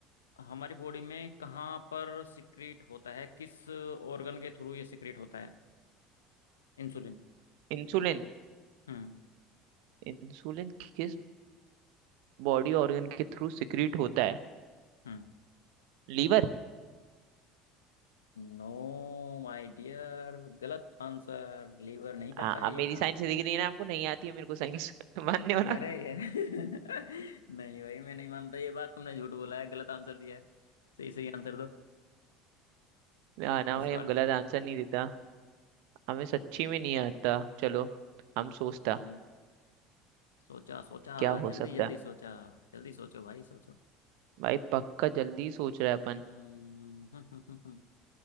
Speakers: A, on the left; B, on the right.
A: हमारी बॉडी में कहाँ पर सिक्रीट होता है किस ऑर्गन के थ्रू ये सिक्रीट होता है इंसुलिन
B: इंसुलिन
A: हम्म
B: इंसुलिन किस बॉडी ऑर्गन के थ्रू सिक्रीट होता है
A: हम्म
B: लीवर
A: नो माय डियर गलत आंसर लीवर नहीं करता
B: हाँ
A: है
B: अब मेरी
A: ये काम
B: साइंस से दिख रही है ना आपको नहीं आती है मेरे को साइंस <laughs> मानने हो ना
A: अरे ये <laughs> नहीं भाई मैं नहीं मानता ये बात तुमने झूठ बोला है गलत आंसर दिया है सही सही आंसर दो
B: ना ना
A: इस
B: भाई
A: बार
B: हम गलत आंसर नहीं देता हमें सच्ची में नहीं आता चलो हम सोचता
A: हम्म सोचा सोचा
B: क्या हो
A: जल्दी
B: सकता
A: जल्दी
B: है
A: सोचा जल्दी सोचो भाई सोचो
B: भाई पक्का जल्दी सोच
A: हम्म
B: रहा है अपन
A: हम्म, हम्म, हम्म, हम्म। <laughs>